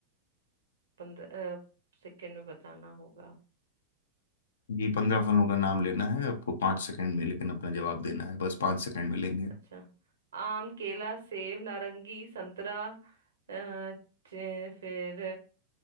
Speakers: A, on the right; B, on the left.
A: पंद्रह सेकंड में बताना होगा
B: जी पंद्रह फलों का नाम लेना है आपको पांच सेकंड में लेकिन अपना जवाब देना है बस पांच सेकंड में लेंगे
A: अच्छा आम केला सेब नारंगी संतरा अ, चे- फिर